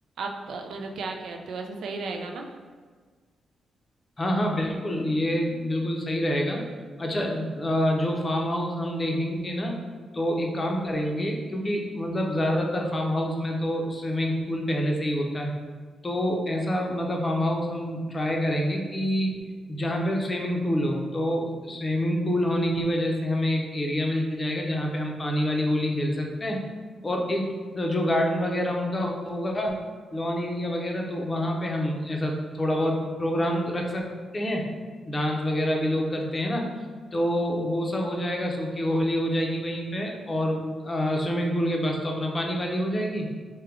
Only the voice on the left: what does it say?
हाँ हाँ बिल्कुल ये बिल्कुल सही रहेगा अच्छा अ, जो फार्म हाउस हम देखेंगे ना तो एक काम करेंगे क्योंकि मतलब ज्यादातर फार्म हाउस में तो स्विमिंग पूल पहले से ही होता है तो ऐसा मतलब फार्म हाउस हम ट्राई करेंगे कि जहाँ पे स्विमिंग पूल हो तो स्विमिंग पूल होने की वजह से हमें एक एरिया मिल जाएगा जहाँ पे हम पानी वाली होली खेल सकते हैं और एक जो गार्डन वगैरह उनका होगा लॉन एरिया वगैरह तो वहाँ पे हम ऐसा थोड़ा बहुत प्रोग्राम रख सकते हैं डांस वगैरह भी लोग करते हैं ना तो वो सब हो जाएगा सूखी होली हो जाएगी वहीं पे और स्विमिंग पूल के पास तो अपना पानी वाली हो जाएगी